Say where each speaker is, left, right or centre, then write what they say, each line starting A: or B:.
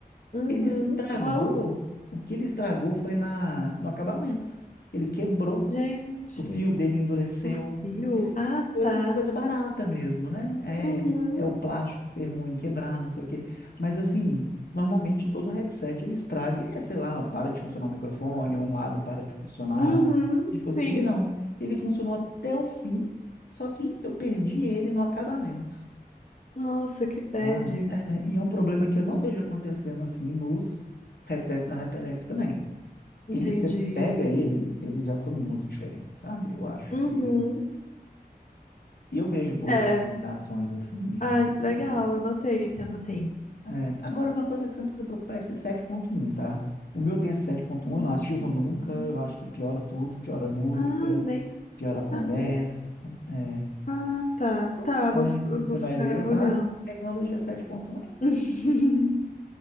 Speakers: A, on the left; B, on the left.
A: uhum.
B: Ele estragou,
A: Ó,
B: o que ele estragou foi na, no acabamento. Ele quebrou
A: gente.
B: o fio dele endureceu.
A: O fio?
B: Esse tipo
A: Ah,
B: de coisa,
A: tá.
B: de coisa barata mesmo, né? É,
A: Uhum.
B: é o plástico ser ruim, quebrar, não sei o quê. Mas assim, normalmente todo headset ele estraga, e, é, sei lá, para de funcionar o microfone, ou um lado para de funcionar.
A: Uhum.
B: tipo
A: Sim.
B: coisa. Ele não. Ele funcionou até o fim, só que eu perdi ele no acabamento.
A: Nossa, que bad.
B: Ah, é, e é um problema que eu não vejo acontecendo assim nos headsets da HyperX também.
A: Entendi.
B: Eles, você pega eles, eles já são muito diferentes, sabe? Eu acho
A: Uhum.
B: que E eu vejo boas
A: É.
B: recomendações, assim, em respeito
A: Ah, legal.
B: dele.
A: Anotei, anotei.
B: É, agora, uma coisa que você não precisa preocupar é esse sete ponto um tá? O meu tem esse sete ponto
A: Mas,
B: um eu não ativo
A: tipo,
B: nunca,
A: uhum.
B: eu acho que piora tudo, piora a música,
A: Ah, nem
B: piora a conversa.
A: sabia.
B: É,
A: Ah, tá.
B: todo
A: Tá,
B: fone,
A: vou, fi-
B: assim,
A: eu
B: que
A: vou
B: você vai
A: ficar
B: ver, vai falar,
A: olhando.
B: ah, tem tecnologia 7.1, é,
A: <laughs>